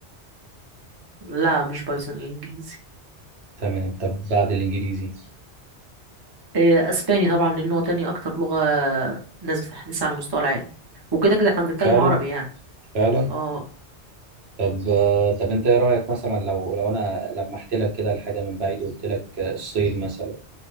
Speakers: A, on the right (about 25°); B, on the right (about 70°).
A: لا مش بايثون الإنجليزي
B: تمام طب بعد الإنجليزي
A: إيه، أسباني طبعا لأنه هو تاني أكتر لغة ناس بتحدثها على مستوى العالم وكده كده احنا بنتكلم
B: فعلا
A: عربي يعني
B: فعلا
A: اه
B: طب آه، طب انت ايه رايك مثلا لو لو انا لمحت لك كده الحاجه من بعيد وقلت لك آه، الصين مثلا